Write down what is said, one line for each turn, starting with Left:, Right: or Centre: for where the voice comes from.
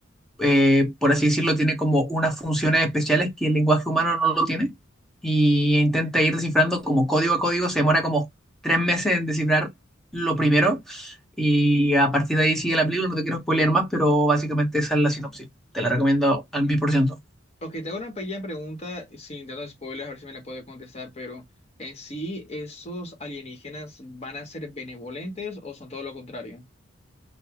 Centre: Eh, por así decirlo, tiene como unas funciones especiales que el lenguaje humano no lo tiene y intenta ir descifrando como código a código. Se demora como tres meses en descifrar lo primero y a partir de ahí sigue la película. No te quiero spoiler más, pero básicamente esa es la sinopsis. Te la recomiendo al mil por ciento.
Left: Ok, tengo una pequeña pregunta, sin tantos spoilers, a ver si me la puede contestar, pero en sí, ¿esos alienígenas van a ser benevolentes o son todo lo contrario?